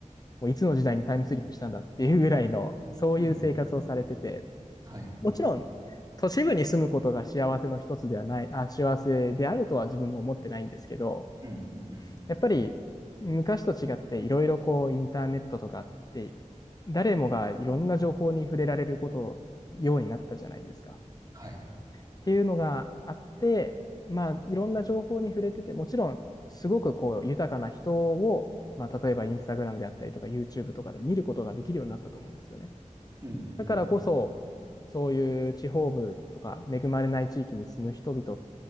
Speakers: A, on the left (about 30°); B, on the right (about 30°).
A: もういつの時代にタイムスリップしたんだっていうぐらいの、そういう生活をされてて、
B: うん、はい。
A: もちろん、都市部に住むことが幸せの一つではない、あ、幸せであるとは自分も思ってないんですけど、
B: うん、うん、
A: やっぱり昔と違っていろいろこうインターネットとかって、誰もがいろんな情報に触れられることようになったじゃないですか。
B: はい。
A: っていうのがあって、まあ、いろんな情報に触れてて、もちろん、すごくこう、豊かな人を、まあ、例えばインスタグラムであったりとか、YouTube とかで見ることができるようになったと思うんですよね。
B: うん、
A: だからこそ、
B: うん、
A: そういう地方部とか、恵まれない地域に住む人々